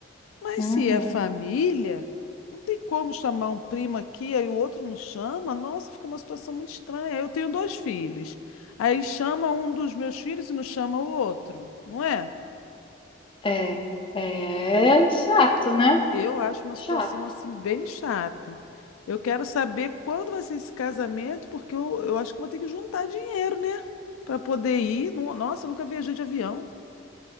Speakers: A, on the left; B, on the left.
A: Mas
B: uhum.
A: se é família, não tem como chamar um primo aqui, aí o outro não chama. Nossa, fica uma situação muito estranha. Eu tenho dois filhos. Aí chama um dos meus filhos e não chama o outro, não é?
B: É, é chato, né?
A: Eu acho uma
B: Chato.
A: situação assim bem chata. Eu quero saber quando vai ser esse casamento, porque eu, eu acho que vou ter que juntar dinheiro, né? Para poder ir. No- Nossa, eu nunca viajei de avião.